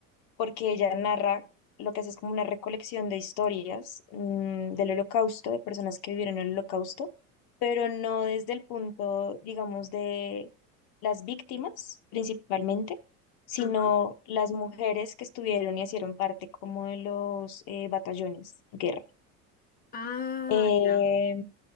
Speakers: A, on the left; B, on the left.
A: porque ella narra lo que hace es como una recolección de historias mm, del Holocausto, de personas que vivieron el Holocausto, pero no desde el punto, digamos, de las víctimas principalmente, sino
B: Ajá.
A: las mujeres que estuvieron y hicieron parte como de los eh, batallones de guerra.
B: Ah,
A: Eh,
B: ya.